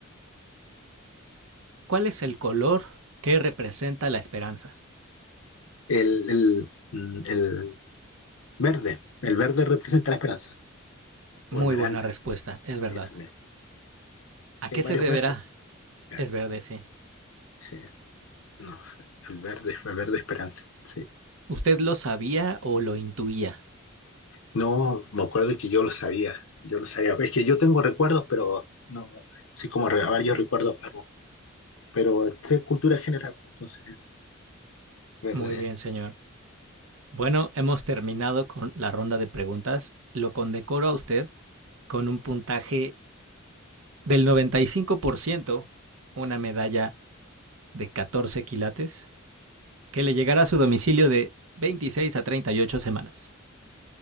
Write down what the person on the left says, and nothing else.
El, el, mm, el verde. El verde representa la esperanza. O
esmeralda.
Sí, también.
Que
hay
varios
verdes. Ya,
sí. No sé. El verde, el verde esperanza. Sí.
No, me acuerdo que yo lo sabía, yo lo sabía. Es que yo tengo recuerdos, pero no, no, sí como re- varios recuerdos, pero, pero eh, qué cultura general, pues, entonces, eh, verde.